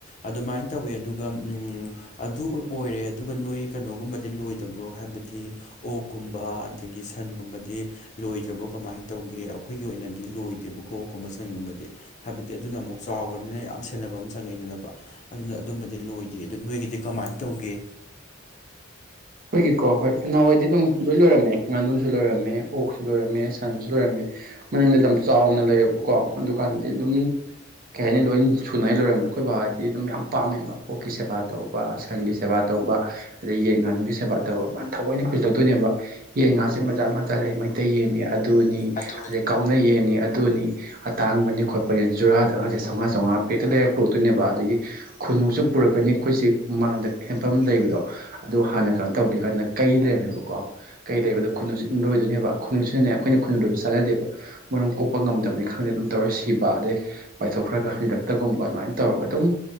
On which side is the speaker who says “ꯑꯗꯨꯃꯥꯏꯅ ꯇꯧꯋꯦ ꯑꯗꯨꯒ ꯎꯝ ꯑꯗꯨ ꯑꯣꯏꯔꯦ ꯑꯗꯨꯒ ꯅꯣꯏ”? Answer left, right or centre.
Left